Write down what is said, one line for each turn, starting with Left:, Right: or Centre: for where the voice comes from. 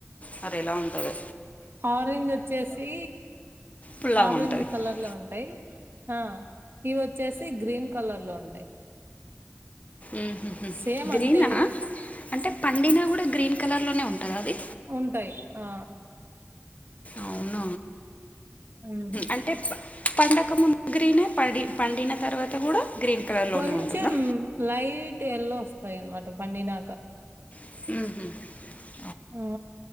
Left: మరి ఎలా ఉంటది
Right: ఆరెంజ్ వచ్చేసి
Left: పుల్లగా
Right: ఆరెంజ్
Left: ఉంటుంది
Right: కలర్ లో ఉంటాయి ఆ ఇవి వచ్చేసి గ్రీన్ కలర్లో ఉంటాయి
Left: ఉహుహు.
Right: సేమ్
Left: గ్రీనా
Right: అంతేవే
Left: అంటే పండినా కూడా గ్రీన్ కలర్లోనే ఉంటాదా అది
Right: ఉంటాయి ఆ
Left: అవున
Right: ఉమ్
Left: అంటే ప్ పండక్ ముందు గ్రినే పండి పండిన తర్వాత కూడా గ్రీన్ కలర్లోనే
Right: కొంచెం
Left: ఉంటుందా
Right: లైట్ ఎల్లో వస్తాయి అన్నమాట పండినాక
Left: మ్
Right: ఆ